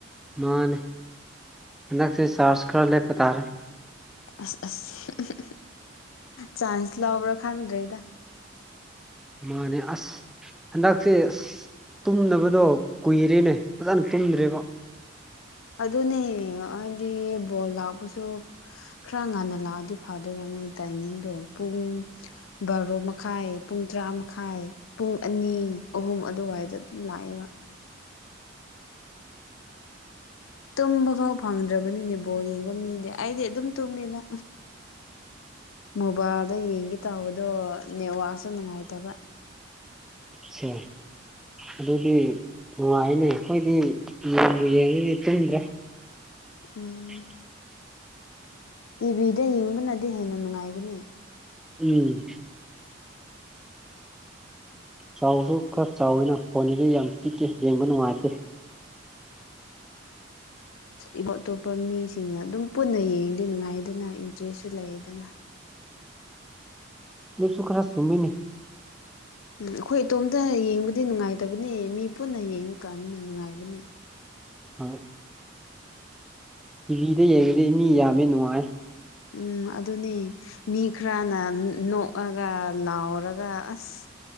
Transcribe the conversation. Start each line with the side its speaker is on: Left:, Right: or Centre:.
Centre: ꯃꯥꯅꯦ ꯍꯟꯗꯛꯁꯦ ꯆ꯭ꯔꯆ ꯈꯔ ꯂꯦꯞꯄ ꯇꯥꯔꯦ
Left: ꯑꯁ ꯑꯁ ꯆꯥꯟꯁ ꯂꯥꯎꯕ꯭ꯔꯥ ꯈꯪꯗ꯭ꯔꯦꯗ
Centre: ꯃꯥꯅꯦ ꯑꯁ ꯍꯟꯗꯛꯁꯦ ꯑꯁ ꯇꯨꯝꯗꯕꯗꯣ ꯀꯨꯏꯔꯦꯅꯦ ꯐꯖꯅ ꯇꯨꯝꯗ꯭ꯔꯦꯕ
Left: ꯑꯗꯨꯅꯦ ꯍꯥꯏꯗꯤ ꯕꯣꯜ ꯂꯥꯛꯄꯁꯨ ꯈꯔ ꯉꯟꯅ ꯂꯥꯛꯑꯗꯤ ꯐꯗꯣꯏꯕ ꯃꯣꯏꯒꯤ ꯇꯥꯏꯃꯤꯡꯗꯣ ꯄꯨꯡ ꯕꯥꯔꯣ ꯃꯈꯥꯏ ꯄꯨꯡ ꯇꯔꯥ ꯃꯈꯥꯏ ꯄꯨꯡ ꯑꯅꯤ ꯑꯍꯨꯝ ꯑꯗꯨꯋꯥꯏꯗ ꯑꯗꯨꯝ ꯂꯥꯛꯑꯦꯕ ꯇꯨꯝꯕ ꯐꯥꯎ ꯐꯪꯗ꯭ꯔꯕꯅꯤꯅꯦ ꯕꯣꯜ ꯌꯦꯡꯕ ꯃꯤꯗꯤ ꯑꯩꯗꯤ ꯑꯗꯨꯝ ꯇꯨꯝꯃꯤꯗ ꯃꯣꯕꯥꯏꯜꯗ ꯌꯦꯡꯒꯦ ꯇꯧꯕꯗꯣ ꯅꯦꯠꯋꯥꯛꯁꯨ ꯅꯨꯡꯉꯥꯏꯇꯕ
Centre: ꯁꯦ ꯑꯗꯨꯗꯤ ꯅꯨꯡꯉꯥꯏꯌꯦꯅꯦ ꯑꯩꯈꯣꯏꯗꯤ ꯕꯣꯜꯕꯨ ꯌꯦꯡꯉꯗꯤ ꯇꯨꯝꯗ꯭ꯔꯦ
Left: ꯎꯝ
Centre: 'inaudible'
Left: ꯇꯤꯚꯤꯗ ꯌꯦꯡꯕꯅꯗꯤ ꯍꯦꯟꯅ ꯅꯨꯡꯉꯥꯏꯒꯅꯤ
Centre: ꯎꯝ ꯆꯥꯎꯁꯨ ꯈꯔ ꯆꯥꯎꯋꯤꯅ ꯐꯣꯟꯁꯤꯗꯤ ꯌꯥꯝ ꯄꯤꯛꯏ ꯌꯦꯡꯕ ꯅꯨꯡꯉꯥꯏꯇꯦ
Left: ꯏꯕꯣꯞ ꯑꯇꯣꯞꯄ ꯃꯤꯁꯤꯡꯅ ꯑꯗꯨꯝ ꯄꯨꯟꯅ ꯌꯦꯡꯗꯤ ꯅꯨꯡꯉꯥꯏꯗꯅ ꯏꯟꯇꯔꯦꯁꯁꯨ ꯂꯩꯗꯅ
Centre: ꯑꯗꯨꯁꯨ ꯈꯔ ꯆꯨꯝꯃꯤꯅꯦ
Left: ꯎꯝ ꯑꯩꯈꯣꯏ ꯏꯇꯣꯝꯇ ꯌꯦꯡꯕꯗꯤ ꯅꯨꯡꯉꯥꯏꯇꯕꯅꯤ ꯃꯤ ꯄꯨꯟꯅ ꯌꯦꯡ ꯀꯥꯟꯅ ꯅꯨꯡꯉꯥꯏꯕꯅꯦ
Centre: ꯍꯣꯏ ꯇꯤꯚꯤꯗ ꯌꯦꯡꯕꯗꯤ ꯃꯤ ꯌꯥꯝꯃꯦ ꯅꯨꯡꯉꯥꯏ
Left: ꯎꯝ ꯑꯗꯨꯅꯦ ꯃꯤ ꯈꯔꯅ ꯅꯣꯛꯑꯒ ꯂꯥꯎꯔꯒ ꯑꯁ